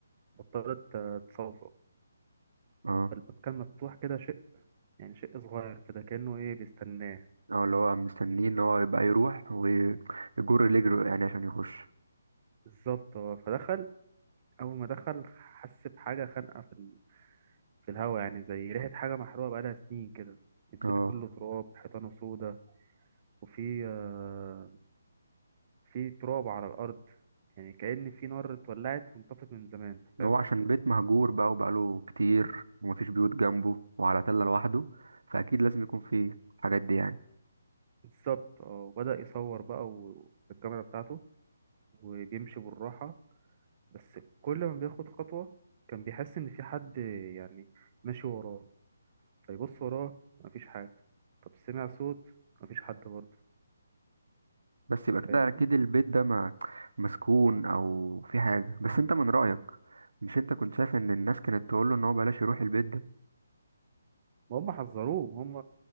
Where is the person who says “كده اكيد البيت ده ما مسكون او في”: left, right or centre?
Right